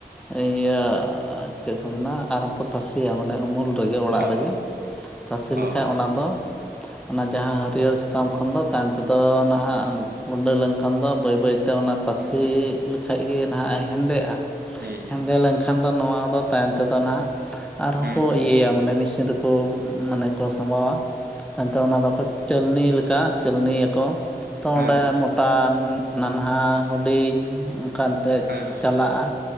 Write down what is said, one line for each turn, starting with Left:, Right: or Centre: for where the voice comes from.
Centre: ᱤᱭᱟᱹ ᱪᱮᱫ ᱠᱚ ᱢᱮᱱᱟ ᱟᱨᱦᱚᱸ ᱠᱚ ᱛᱟᱥᱮᱭᱟ ᱢᱟᱱᱮ ᱩᱢᱩᱞ ᱨᱮ, ᱨᱮᱜᱮ ᱚᱲᱟᱜ
Right: ᱚ
Centre: ᱨᱮᱜᱮ ᱛᱟᱥᱮ ᱞᱮᱠᱷᱟᱡ
Right: ᱚ
Centre: ᱚᱱᱟ ᱫᱚ ᱚᱱᱟ ᱡᱟᱸᱦᱟ ᱦᱟᱹᱨᱭᱟᱹᱲ ᱥᱟᱠᱟᱢ ᱠᱷᱚᱱ ᱫᱚ ᱛᱟᱭᱚᱢ ᱛᱮᱫᱚ ᱱᱟᱦᱟᱜ ᱜᱩᱸᱰᱟᱹ ᱞᱮᱱᱠᱷᱟᱱ ᱫᱚ ᱵᱟᱹᱭ ᱵᱟᱹᱭ ᱛᱮ, ᱚᱱᱟ ᱛᱟᱥᱮ
Right: ᱦᱩᱸ
Centre: ᱞᱮᱠᱷᱟᱡ ᱜᱮ ᱱᱟᱦᱟᱜ ᱦᱮᱸᱫᱮᱜᱼᱟ
Right: ᱦᱩᱸ ᱦᱩᱸ ᱦᱩᱸ
Centre: ᱦᱮᱸᱫᱮ ᱞᱮᱱᱠᱷᱟᱱ, ᱠᱷᱟᱱ ᱫᱚ ᱱᱚᱣᱟ ᱫᱚ ᱛᱟᱭᱚᱢ ᱛᱮᱫᱚ ᱱᱟᱦᱟᱜ ᱟᱨᱦᱚᱸ
Right: ᱦᱩᱸ
Centre: ᱠᱚ
Right: ᱦᱮᱸ
Centre: ᱤᱭᱟᱹᱭᱟ ᱢᱟᱱᱮ ᱢᱮᱥᱤᱱ ᱨᱮᱠᱚ ᱠᱚ ᱢᱟᱱᱮ ᱠᱚ ᱥᱟᱢᱵᱟᱣᱟ ᱾ ᱛᱟᱭᱚᱢ ᱛᱮ ᱚᱱᱟ ᱫᱚᱠᱚ ᱪᱟᱹᱞᱱᱤ ᱞᱮᱠᱟ ᱪᱟᱹᱞᱱᱤ ᱭᱟᱠᱚ ᱾ ᱛᱚ ᱚᱸᱰᱮ
Right: ᱦᱮᱸ
Centre: ᱢᱚᱴᱟ, ᱱᱟᱱᱦᱟ, ᱦᱩᱰᱤᱧ ᱚᱱᱠᱟᱱ ᱛᱮ
Right: ᱦᱮᱸ ᱦᱮᱸ
Centre: ᱪᱟᱞᱟᱜᱼᱟ,